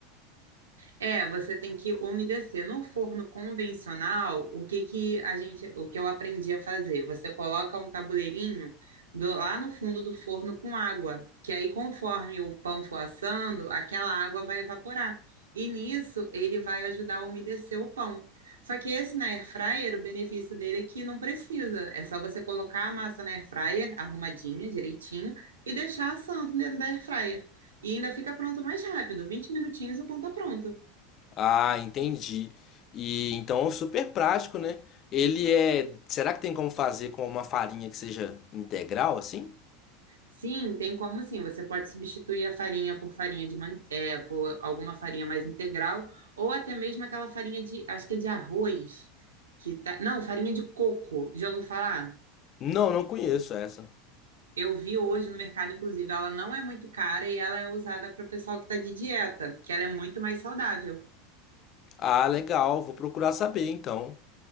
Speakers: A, on the right; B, on the left.
A: É, você tem que umedecer. No forno convencional, o que que a gente, o que eu aprendi a fazer? Você coloca um tabuleirinho do- lá no fundo do forno com água, que aí conforme o pão for assando, aquela água vai evaporar. E nisso ele vai ajudar a umedecer o pão. Só que esse na air fryer, o benefício dele é que não precisa. É só você colocar a massa na air fryer arrumadinha, direitinho, e deixar assando dentro da air fryer. E ainda fica pronto mais rápido. vinte minutinhos e o pão tá pronto.
B: Ah, entendi. E então é super prático, né? Ele é. Será que tem como fazer com uma farinha que seja integral, assim?
A: Sim, tem como sim. Você pode substituir a farinha por farinha de man... é, por alguma farinha mais integral, ou até mesmo aquela farinha de, acho que é de arroz, que tá, não, farinha de coco. Já ouviu falar?
B: Não, não conheço essa.
A: Eu vi hoje no mercado, inclusive, ela não é muito cara e ela é usada para o pessoal que está de dieta, que ela é muito mais saudável.
B: Ah, legal. Vou procurar saber, então.